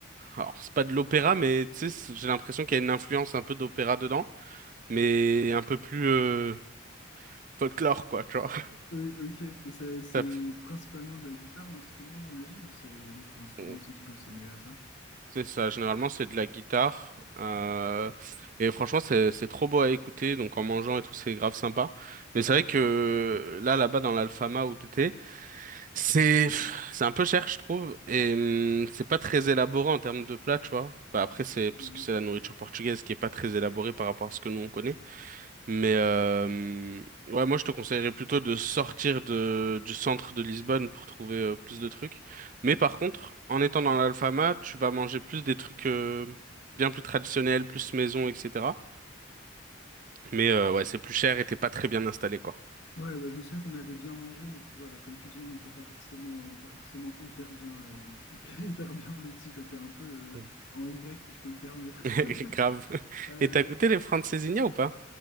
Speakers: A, on the right (about 40°); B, on the left (about 65°).
A: alors, c'est pas de l'opéra, mais tu sais, c'est- j'ai l'impression qu'il y a une influence un peu d'opéra dedans, mais un peu plus euh, folklore, quoi, tu vois.
B: Euh, ok. Et ça, c'est
A: <laughs>
B: principalement de la guitare, l'instrument, j'imagine, ou c'est- il y a d'autres instruments
A: on-
B: aussi qui peuvent se mêler à ça?
A: C'est ça, généralement c'est de la guitare. euh, et franchement c'est c'est trop beau à écouter, donc en mangeant et tout c'est grave sympa. Mais c'est vrai que là là-bas dans l'Alfama où t'étais, c'est c'est un peu cher je trouve et hum, c'est pas très élaboré en termes de plat, tu vois. Bah, après c'est parce
B: Mhm.
A: que c'est la nourriture portugaise qui est pas très élaborée par rapport à ce que nous on connaît. Mais euh, ouais, moi je te conseillerais plutôt de sortir de, du centre de Lisbonne pour trouver euh, plus de trucs. Mais par contre, en étant dans l'Alfama, tu vas manger plus des trucs euh, bien plus traditionnels, plus maison, etc. Mais euh, ouais, c'est plus cher et t'es pas très bien installé, quoi.
B: Ouais, bah, je me souviens qu'on avait bien mangé, mais que voilà, comme tu dis, on n'était pas forcément, euh, pas forcément hyper bien, euh, hyper, <laughs> hyper bien lotis, quoi. T'es un peu euh,
A: Mm.
B: en Y, si je peux me permettre.
A: <laughs>
B: <laughs>
A: Grave.
B: Euh,
A: Et t'as goûté les francesinha ou pas?